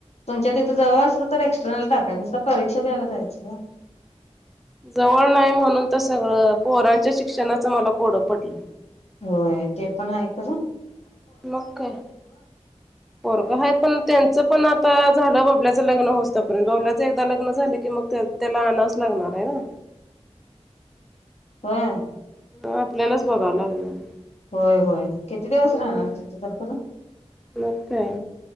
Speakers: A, on the left; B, in the centre.
A: तुमच्या तिथं
B: हम्म
A: जवळ असल तर एक्स एक्स्टर्नल टाकायचं नुस्त परीक्षा द्यायला जायच गं
B: जवळ नाही म्हणून तर सगळं पोरांच्या शिक्षणाचं मला कोडं पडलय
A: होय ते पण आहे खर
B: मग काय पोरग हाय पण त्यांच पण आता झालं बबल्याच लग्न होवूस तो पर्यंत बबल्याच एकदा लग्न झालं की मग ते त्याला आणावच लागणार हाय ना
A: होय
B: तवा आपल्यालाच बघावं लागणार
A: होय होय किती दिवस राहणार
B: मग
A: तित तर खर
B: मग काय